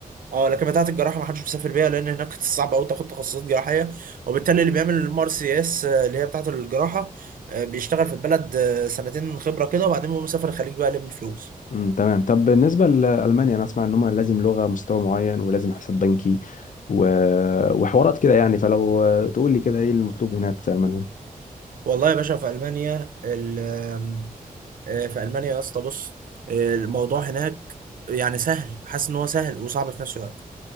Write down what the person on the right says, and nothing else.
اه لكن بتاعت الجراحه ما حدش بيسافر بيها لان هناك <laughs> صعب قوي تاخد تخصصات جراحيه وبالتالي اللي بيعمل الام ار سي اس آه، اللي هي بتاعت الجراحه آه، بيشتغل في البلد آه، سنتين خبره كده وبعدين بيقوم مسافر الخليج بقى يلم فلوس
والله يا باشا في المانيا ال- آم، آه، في المانيا يا اسطى بص آه، الموضوع هناك يعني سهل حاسس ان هو سهل وصعب في نفس الوقت